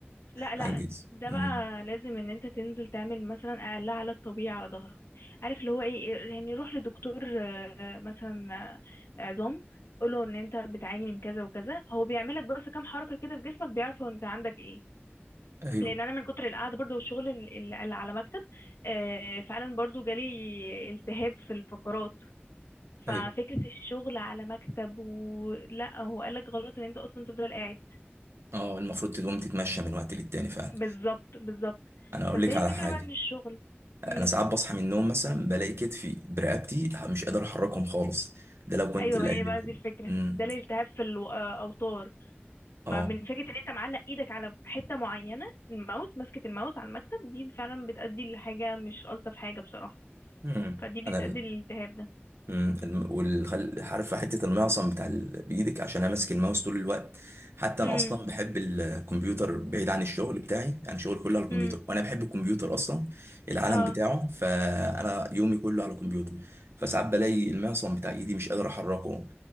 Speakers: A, on the left; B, on the right.
A: لا لا
B: عن جيز
A: ده
B: مم.
A: بقى لازم ان انت تنزل تعمل مثلا اقل علاج طبيعي على ظهرك عارف اللي هو ايه يعني روح لدكتور آه، مثلا آه، عظام قوله ان انت بتعاني من كذا وكذا هو بيعملك بس كام حركة كده في جسمك بيعرف هو انت عندك ايه
B: ايوه
A: لان انا من كتر القعده برضو والشغل ال- ال- اللي على مكتب آه، فعلا برضو جالي التهاب في الفقرات ففكرة
B: ايوه
A: الشغل على مكتب ولا هو قالك غلط ان انت اصلا تفضل قاعد
B: اه المفروض تقوم تتمشى من وقت للتاني فعلا
A: بالظبط بالظبط
B: انا اقول
A: بس
B: لك
A: هي
B: على
A: فكرة
B: حاجه
A: بقى ان الشغل
B: انا
A: مم.
B: ساعات بصحى من النوم مثلا بلاقي كتفي برقبتي مش قادر احركهم خالص ده لو كنت
A: ايوه
B: الايام
A: ما هي بقى
B: اللي
A: دي الفكرة
B: امم
A: ده الالتهاب في الاوتار
B: اه
A: ما من فكرة ان انت معلق ايدك على حتة معينة الماوس ماسكة الماوس على المكتب دي فعلا بتأدي لحاجة مش ألطف حاجة بصراحة
B: مم.
A: فدي بتأدي
B: انا
A: للالتهاب ده
B: امم الم- والخل... عارف حته المعصم بتاع ال... بايدك عشان انا ماسك الماوس طول الوقت حتى
A: امم
B: انا اصلا بحب الكمبيوتر بعيد عن الشغل بتاعي انا شغلي كله على الكمبيوتر
A: امم
B: وانا بحب الكمبيوتر اصلا العالم
A: اه
B: بتاعه فانا يومي كله على الكمبيوتر فساعات بلاقي المعصم بتاع ايدي مش قادر احركه